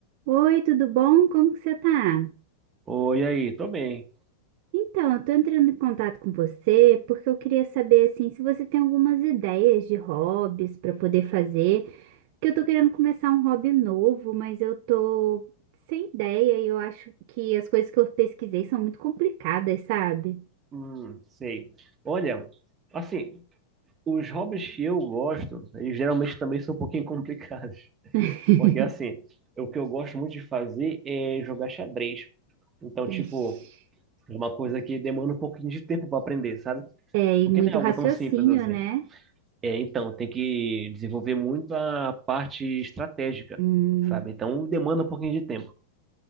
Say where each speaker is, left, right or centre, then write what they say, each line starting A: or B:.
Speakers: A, on the right; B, on the right.
A: Oi, tudo bom? Como que você tá?
B: Oi, aí, tô bem.
A: Então, eu tô entrando em contato com você porque eu queria saber assim se você tem algumas ideias de hobbies para poder fazer, porque eu tô querendo começar um hobby novo, mas eu tô sem ideia e eu acho que as coisas que eu pesquisei são muito complicadas, sabe?
B: Hum, sei. Olha, assim, os hobbies que eu gosto, eles geralmente também são um pouquinho <laughs> complicados.
A: <laughs>
B: Porque, assim, o que eu gosto muito de fazer é jogar xadrez. Então, tipo,
A: Ixi.
B: é uma coisa que demanda um pouquinho de tempo para aprender, sabe?
A: É,
B: Porque
A: e muito
B: não é algo
A: raciocínio,
B: tão simples assim.
A: né?
B: É, então, tem que desenvolver muito a parte estratégica,
A: Hum.
B: sabe? Então, demanda um pouquinho de tempo.